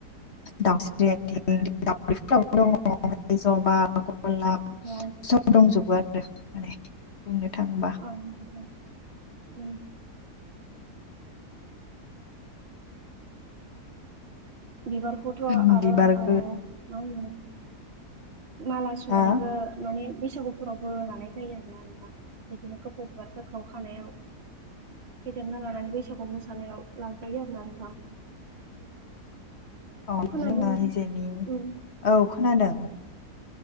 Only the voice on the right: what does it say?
अ
ओं नोंथां उम बिबारखौथ'
आरो ओ बावो माला सुनानैबो
माने बे बैसागुफोरावबो लानाय जायो आरोना नोंथां बिदिनो खफौ बिबारफोरखौ खानायाव फेदेरना लानानै बैसागु मोसानायाव लाजायो आरोना नोंथां
खोनादों
उम